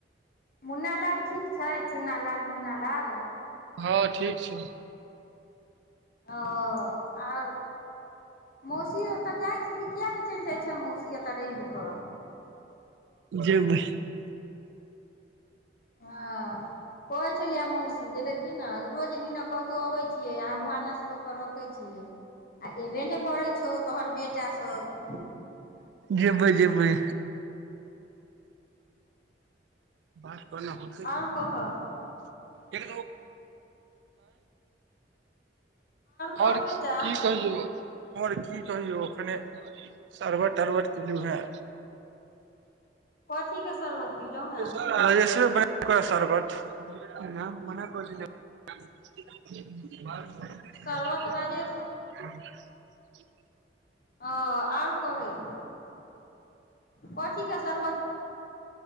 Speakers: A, on the left; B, on the right.
A: मुना लाल ठीक छै चूना लाल मुना लाल
B: हँ ठीक छै
A: ओ आर मौसी ओतऽ जाइ छी से कििया ने चलि जाइ छै मूसिया त ई बुक
B: जेबै
A: हँ कोइ छललिय म सीज देखि न रूजी द कतहु अबै छियै आम भानस कऽ के रखे छीियै आ एबे ने करै छौ तोहर बेटा सब
B: जेबै जेबै बात कर हो
A: आओर कह
B: कर
A: कह
B: आओर की
A: बेटा
B: कहियौ आओर की कहियौ ओखने सरवट तरबट केलु हेँ
A: पथी के शरबत पिलौ है
B: राजेशवे शरबत म
A: शरबत
B: ह
A: राजेश ओ आओर कहे पथ के सर्